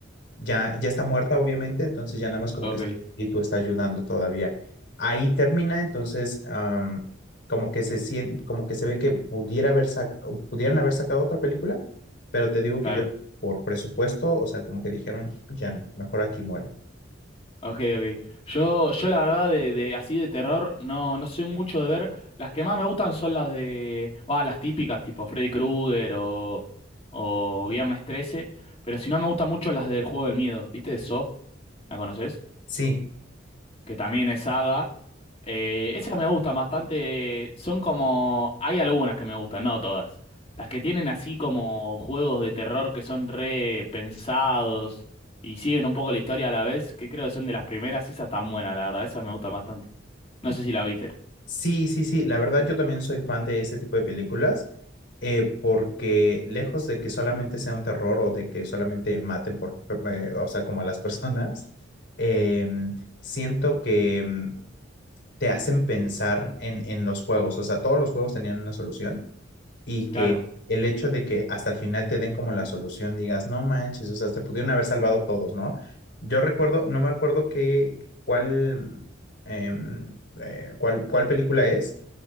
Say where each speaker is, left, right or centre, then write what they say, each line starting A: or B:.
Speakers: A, on the left (about 65°); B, on the left (about 35°).
A: ya, ya está muerta, obviamente, entonces ya nada más como
B: ok,
A: que su espíritu está ayudando todavía. Ahí termina, entonces, am, como que se sien- como que se ve que pudiera haber sac- o pudieran haber sacado otra película, pero te digo
B: claro.
A: que yo, por presupuesto, o sea, como que dijeron, ya no, mejor aquí muere.
B: Ok, ok. Yo, yo la verdad de, de así de terror no, no soy mucho de ver. Las que más me gustan son las de, va, las típicas, tipo Freddy Krueger o, o Viernes trece. pero si no me gustan mucho las del juego del miedo, ¿viste? Saw, ¿la conoces?
A: Sí.
B: que también es saga. Eh, esas me gustan bastante. Son como. Hay algunas que me gustan, no todas. Las que tienen así como juegos de terror que son re pensados y siguen un poco la historia a la vez, que creo que son de las primeras, esas tan buenas, la verdad, esas me gustan bastante. No sé si la viste.
A: Sí, sí, sí, la verdad yo también soy fan de ese tipo de películas, eh, porque lejos de que solamente sea un terror o de que solamente maten por, eh, o sea, como a las <laughs> personas, eh, siento que mm, te hacen pensar en, en los juegos, o sea, todos los juegos tenían una solución y que
B: Claro,
A: el hecho de que hasta el final te den como la solución, digas, no manches, o sea, te pudieron haber salvado todos, ¿no? Yo recuerdo, no me acuerdo qué, cuál, em, eh, cuál, cuál película es